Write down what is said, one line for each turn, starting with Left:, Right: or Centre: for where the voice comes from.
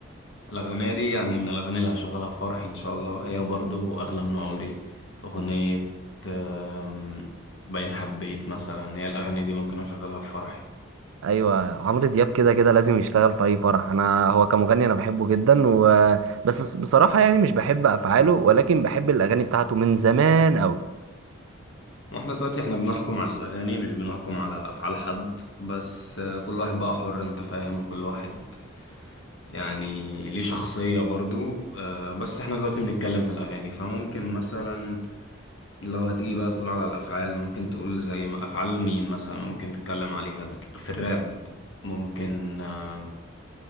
Left: الأغنية دي يعني من الأغاني اللي هشغلها في فرحي إن شاء الله هي برضو أغلى من عمري أغنية آم، باين حبيت مثلا هي الأغاني دي ممكن أشغلها في فرحي
Right: ايوه عمرو دياب كده كده لازم يشتغل في اي فرح انا هو كمغني انا بحبه جدا و... بس بصراحه يعني مش بحب افعاله ولكن بحب الاغاني بتاعته من زمان قوي
Left: واحنا دلوقتي احنا بنحكم على الأغاني مش بنحكم على أفعال حد بس آه، كل واحد بقى حر انت فاهم كل واحد يعني ليه شخصية برضو آه، بس احنا دلوقتي بنتكلم في الأغاني فممكن مثلا لو هتيجي بقى تقول على الأفعال ممكن تقول زي ما أفعال مين مثلا ممكن تتكلم عليها دت- في الراب ممكن آم،